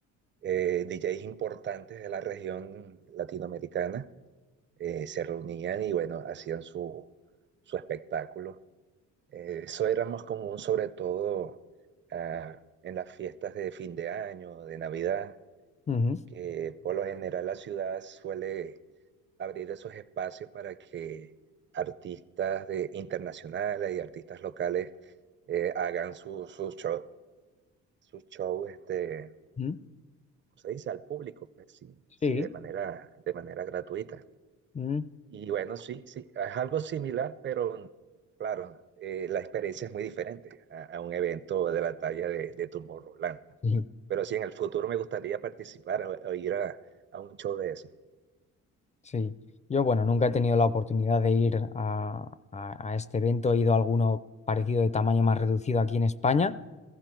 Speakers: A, on the right (about 35°); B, on the left (about 20°).
A: eh, DJs importantes de la región latinoamericana eh, se reunían y bueno, hacían su, su espectáculo. Eh, eso era más común sobre todo ah, en las fiestas de fin de año, de Navidad,
B: Ujú,
A: que por lo general la ciudad suele abrir esos espacios para que artistas de, internacionales y artistas locales eh, hagan sus su shows su show, este,
B: ujú,
A: ¿cómo se dice al público, pues sí, sí,
B: Sí,
A: de manera, de manera gratuita.
B: mm,
A: Y bueno, sí, sí, es algo similar, pero claro, eh, la experiencia es muy diferente a, a un evento de la talla de, de Tomorrowland.
B: Ujú.
A: Pero sí, en el futuro me gustaría participar o, o ir a, a un show de eso.
B: sí. Yo, bueno, nunca he tenido la oportunidad de ir a, a- a este evento. He ido a alguno parecido de tamaño más reducido aquí en España,